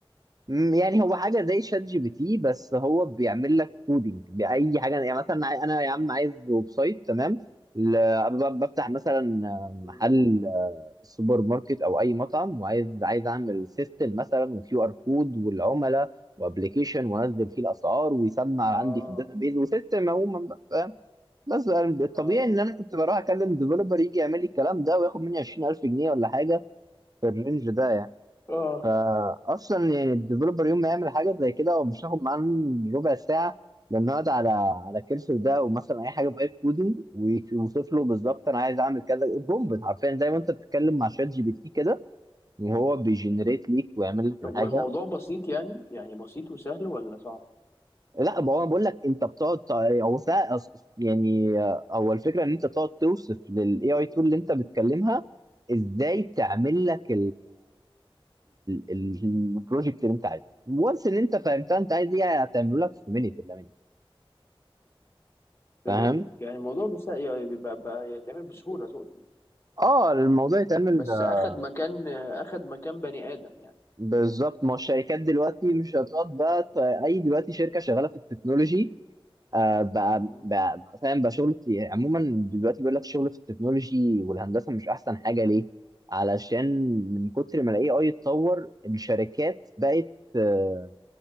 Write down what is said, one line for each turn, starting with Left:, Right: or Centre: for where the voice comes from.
Right: مم، يعني هو حاجه زي شات جي بي تي بس هو بيعمل لك كودينج باي حاجه يعني مثلا انا يا عم عايز ويب سايت تمام ل- ب- بفتح مثلا
Left: مم.
Right: محل السوبر ماركت او اي مطعم وعايز عايز اعمل سيستم مثلا وكيو ار كود والعملاء وابلكيشن وانزل فيه الاسعار ويسمع
Left: آه
Right: عندي في الداتابيز وسيستم عموما بقى فاهم بس الطبيعي
Left: آه
Right: ان انا كنت بروح اكلم ديفلوبر يجي يعمل لي الكلام ده وياخد مني 20000 جنيه ولا حاجه في الرينج ده يعني
Left: آه آه.
Right: فاصلا يعني الديفلوبر يوم ما يعمل حاجه زي كده هو مش هياخد معاه ربع ساعه لانه يقعد على على كرسي ده او مثلا اي حاجه بايب كودنج ويوصف له بالظبط انا عايز اعمل كذا بومب حرفيا زي ما انت بتتكلم مع شات جي بي تي كده وهو بيجنريت ليك ويعمل لك
Left: طب
Right: الحاجه
Left: والموضوع بسيط يعني يعني بسيط وسهل ولا صعب؟
Right: لا ما هو بقول لك انت بتقعد ت- هو سا- أص- يعني آه، هو الفكره ان انت بتقعد توصف للاي اي تول اللي انت بتكلمها ازاي تعمل لك البروجكت اللي انت عايزه وانس ان انت فهمتها انت عايز ايه هتعمله لك في مينيت الا minute.
Left: فهمتك
Right: فاهم
Left: يعني الموضوع بس يعني بيبقى بقى يتعمل بسهولة تقصد
Right: اه الموضوع يتعمل
Left: بس
Right: آه،
Left: أخد مكان أخد مكان بني آدم يعني
Right: بالظبط ما هو الشركات دلوقتي مش هتقعد بقى ت- اي دلوقتي شركه شغاله في التكنولوجي آه بقى
Left: مم.
Right: بقى بقى فاهم بقى شغل كتير. يعني عموما دلوقتي بيقول لك شغل في التكنولوجي والهندسه مش احسن حاجه ليه؟ علشان من كتر ما الاي اي اتطور الشركات بقت آه،